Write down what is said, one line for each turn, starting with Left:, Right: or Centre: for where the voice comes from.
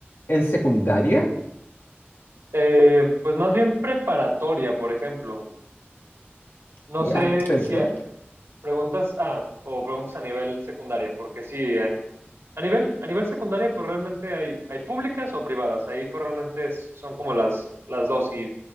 Left: en secundaria?
Right: Eh, pues más bien preparatoria, por ejemplo. No
Left: Ya,
Right: sé
Left: perfecto.
Right: si, Preguntas, ah, o preguntas a nivel secundaria, porque sí, en- a nivel, a nivel secundaria, pues realmente hay, hay públicas o privadas. Ahí pues realmente es- son como las, las dos y